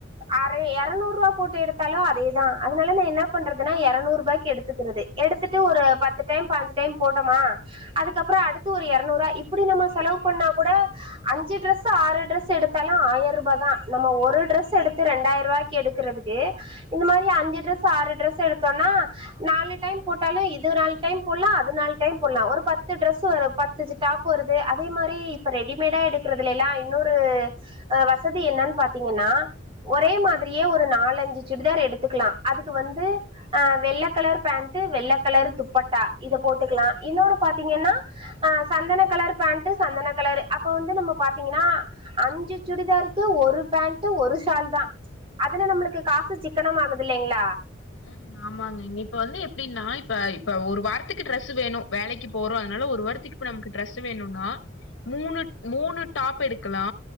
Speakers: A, on the right (about 30°); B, on the left (about 75°).
A: அர எரநூறு ரூவா போட்டு எடுத்தாலு அதேதா அதனால நா என்ன பண்றதுனா எரநூறூ ரூபாய்க்கு எடுத்துக்கறது எடுத்துட்டு ஒரு பத்து டைம் பாஞ்சு டைம் போட்டமா அதுக்கப்றோ அடுத்து ஒரு எர நூறு ரூவா அப்டி நாம செலவு பண்ணா கூட அஞ்சு டெரஸ் ஆறு டெரஸ் எடுத்தாலு ஆயிரரூபாதா நம்ம ஒரு டெரஸ் எடுத்து ரெண்டாயி ரூவாய்க் க்கு எடுக்கறதுக்கு இந்த மாரி அஞ்சு டெரெஸ் ஆறு டெரெஸ் எடுத்தோனா நாலு டைம் போட்டாலு இது நால் டைம் போடுலா அது நால் டைம் போடுலா ஒரு பத்து ட்ரெஸ் வரு பத்துஞ்சு டாப் பு வருது அதே மாரி இப்ப ரெடிமேடா எடுக்கறதுல எல்லா இன்னொரு அ வசதி என்னான் பாத்திங்கன்னா ஒரே மாதிரியே ஒரு நாலஞ்சு சுடிதார் எடுத்துக்கலா அதுக்கு வந்து அ வெள்ள கலர் பேண்ட் வெள்ள கலர் துப்பட்டா இத போட்டுக்கலா இன்னொனு பாத்திங்கன்னா அ சந்தன கலர் பேண்ட் சந்தன கலர் அப்ப வந்து நம்ம பாத்திங்கன்னா அஞ்சு சுடிதாருக்கு ஒரு பேண்ட் ஒரு ஷால்தா அதுல நம்மளுக்கு காசு சிக்கனம்மாகுது இல்லைங்ளா
B: ம் ஆமாங்க இப்ப வந்து எப்டின்னா இப்ப இப்ப ஒரு வாரத்துக்கு ட்ரெஸ்ஸு வேணு வேலைக்கு போறோ அதனால ஒரு வாரத்திக் இப்ப நம்க்கு ட்ரஸ் வேணுனா மூணு மூணு டாப் எடுக்லா